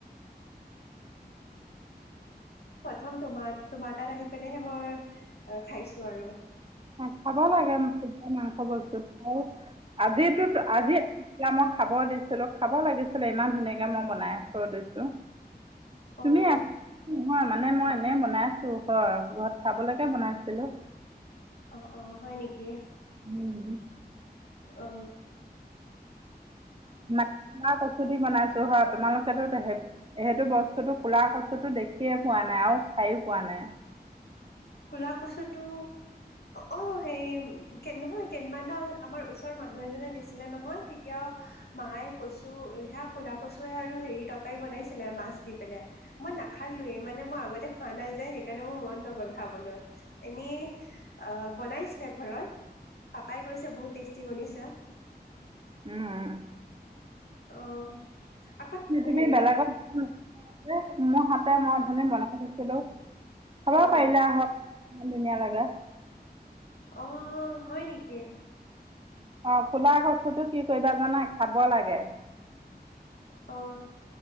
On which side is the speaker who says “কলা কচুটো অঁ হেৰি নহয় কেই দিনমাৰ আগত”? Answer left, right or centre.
Left